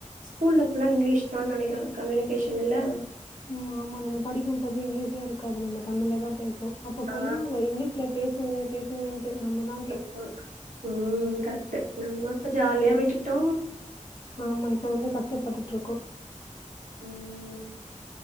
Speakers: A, on the right; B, on the left.
A: ஸ்கூல்ல ஃபுல்லா இங்கிலிஷ்தா நெனைக்கறே கம்யூனிகேஷனில்ல
B: ம் ஆமா நம்ம படிக்கம் போது இங்கிலீஷே இருக்காது நம்ம தமிழ்லதாம் பேசோ அப்போ
A: ஆ.
B: சொல்லுவாங்க இங்கிலீஷ்லப் பேசுங்க பேசுங்க ட்டு நம்மதா
A: ஆமா ம் கரெக்ட்டு நம்ம இப்ப
B: இப்போ
A: ஜாலியா
B: வந்து
A: விட்டுட்டோ
B: ஆமா இப்ப வந்து கஷ்டப்பட்டுட்ருக்கோ
A: ம்